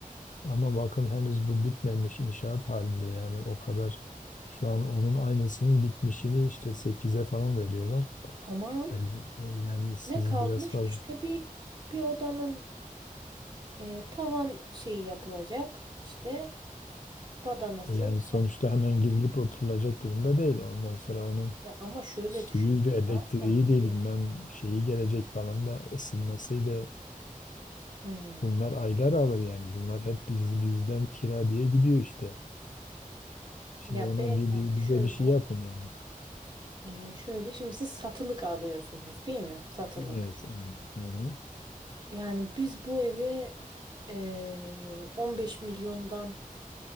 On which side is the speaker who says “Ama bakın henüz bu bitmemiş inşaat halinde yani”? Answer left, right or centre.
Left